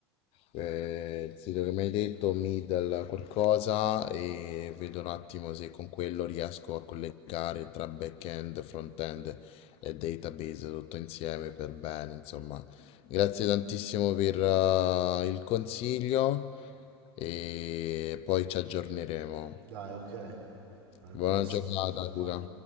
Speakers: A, on the left; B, on the right.
A: eh, il sito che mi hai detto, Middle qualcosa, e vedo un attimo se con quello riesco a collegare tra back-end, front-end e database tutto insieme per bene, insomma. Grazie tantissimo per, eh, il consiglio e poi ci aggiorneremo.
B: Dai, ok, al
A: Buona
B: prossimo,
A: giornata,
B: ciao.
A: Luca.